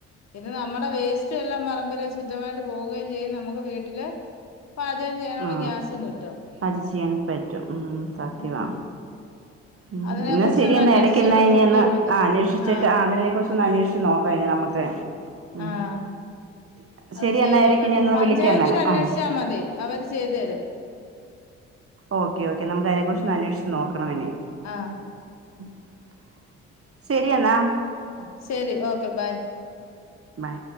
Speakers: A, on the left; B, on the right.
A: ഇന്ന് നമ്മുടെ വേസ്റ്റ് എല്ലാം പറമ്പില ശുദ്ധമായിട്ട് പോവുകയും ചെയ്യും നമുക്ക് വീട്ടില് പാചകം ചെയ്യാനുള്ള
B: ആ
A: ഗ്യാസും കിട്ടും
B: അത് ചെയാൻ പറ്റും ഉം സത്യവാ
A: ഉം
B: ഉ
A: അതിനെ
B: എന്നാ
A: കുറിച്ചൊന്ന്
B: ശെരിയന്ന്
A: അന്വേഷിച്ചിട്ട്
B: ഇടക്ക്ന്ന
A: നോക്കിയാ
B: ഇനിന്ന്
A: മതി
B: അന്വേഷിച്ചിട്ട്
A: ആഹ്
B: ആധരനെ കുുറിച്ച ഒന്ന് അന്വേഷിച്ച് നോക്കാം ഇ നമുക്ക് ഉ
A: ആഹ്
B: ശ
A: അത്
B: ശരി
A: ചെയ്ത്
B: എന്നാ ഇടയ്ക്ക്
A: നോക്കാന
B: ഇനി എന്നാ
A: പഞ്ചായത്തിൽ
B: വിളിക്കാം എന്നാല്
A: അന്വേഷിച്ചാൽ
B: ഉം
A: മതി അവര് ചെയ്തു തരും
B: ഓക്കെ ഓക്കെ നമുക്ക് അതിനെ കുുറിച്ച്ൊ അന്വേഷിച്ച്
A: ആ
B: നോക്കണംെ <inaudible> ശരിയെന്നാ
A: ആ ശരി ഓക്കെ ബൈ
B: ബൈ